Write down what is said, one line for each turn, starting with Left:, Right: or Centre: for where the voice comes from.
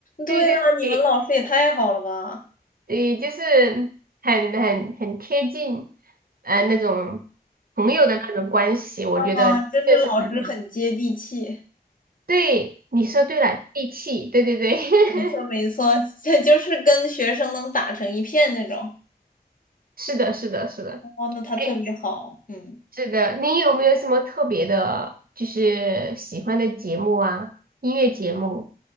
Left: 对啊，
Right: 对对对，
Left: 你们老师也太好了吧？
Right: 对，就是很很很贴近，呃，那种朋友的那种关系，我觉得确实很
Left: 啊，就是老师很接地气。
Right: 对。你说对了，义气，对对对，
Left: 没错，
Right: <laughs>
Left: 没错，<laughs> 这就是跟学生能打成一片那种。
Right: 是的，是的，是的。
Left: 哦，那他特别好，
Right: 哎
Left: 嗯。
Right: 是的，你有没有什么特别的，就是喜欢的节目啊？音乐节目？